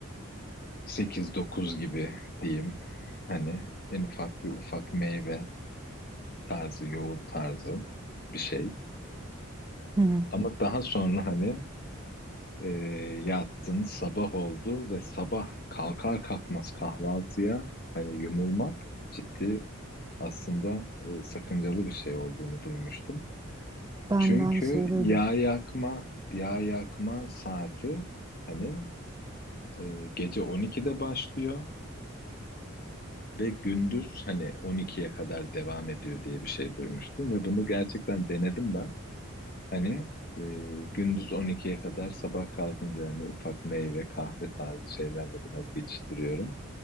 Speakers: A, on the left; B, on the right.
A: sekiz dokuz gibi diyeyim. Hani en ufak bir ufak meyve tarzı, yoğurt tarzı bir şey.
B: Hı hı.
A: Ama daha sonra hani E, yattın, sabah oldu ve sabah kalkar kalkmaz kahvaltıya hani yumulmak ciddi aslında e, sakıncalı bir şey olduğunu duymuştum.
B: Ben
A: Çünkü
B: de aynı şeyi duydum.
A: yağ yakma yağ yakma saati hani e, gece 12'de başlıyor ve gündüz hani 12'ye kadar devam ediyor diye bir şey duymuştum ve bunu gerçekten denedim ben. Hani e, gündüz 12'ye kadar sabah kalkınca hani ufak meyve, kahve tarzı şeylerle biraz geçiştiriyorum.